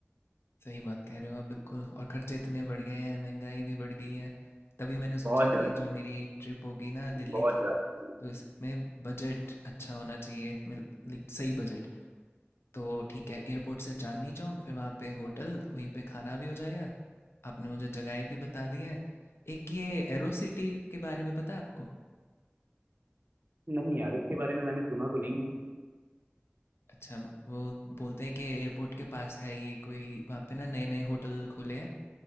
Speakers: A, on the left; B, on the right.
A: सही बात कह रहे हो आप बिल्कुल और खर्चे इतने बढ़ गए हैं महंगाई भी बढ़ गई है तभी मैंने सोचा
B: बहुत
A: कि
B: ज्यादा
A: ये जो मेरी ट्रिप होगी ना दिल्ली
B: बहुत
A: की
B: ज्यादा
A: तो इसमें बजट अच्छा होना चाहिए मिल- लाइक सही बजट तो ठीक है एयरपोर्ट से चांदनी चौक फिर वहाँ पे होटल वहीं पे खाना भी हो जाएगा आपने मुझे जगहें भी बता दी हैं एक ये एरो सिटी के बारे में पता है आपको
B: नहीं यार इसके बारे में मैंने सुना तो नहीं है
A: अच्छा वो बोलते हैं कि एयरपोर्ट के पास है ये कोई वहाँ पे ना नए नए होटल खुले हैं